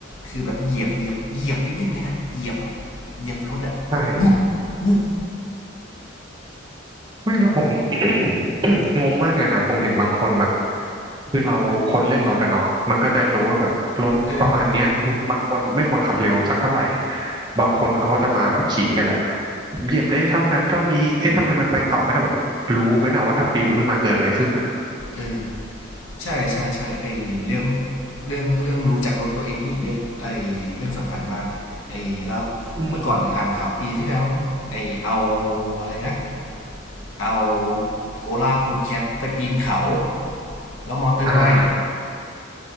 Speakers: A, on the left; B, on the right.
A: คือแบบเหยียบเหยียบเหยียบนิดนึงเลยนะเหยียบอ่ะเหยียบรถอ่ะบุ๊บ
B: ใช่
A: บุ๊บ
B: ไม่แล้วผม <coughs> งงมากเลยนะผมเห็นบางคนแบบคือเราคนเล่นรถอะเนาะมันก็จะรู้ว่าแบบรถประมาณเนี้ยมันควรไม่ควรขับเร็วสักเท่าไหร่
A: เออ
B: บางคนเขาก็จะมาแบบขิงกันแหละเหยียบได้เท่านั้นเท่านี้เอ๊ะทำไมมันไปต่อไม่ได้แบบรู้ไหมนะว่าถ้าปิวขึ้นมาเกิดอะไรขึ้นอะ
A: เออใช่ใช่ใช่ไอเรื่องเรื่องเรื่องรู้จักรถตัวเองนี่อเรื่องไอเรื่องสำคัญมากเลยไอแล้วเมื่อก่อนอ่านข่าวปีที่แล้วมั้งไอเอา
B: อืม
A: อะไรนะเอาโอลากูดแคทไปปีนเขา แล้วมอเตอร์ไม่
B: อ่า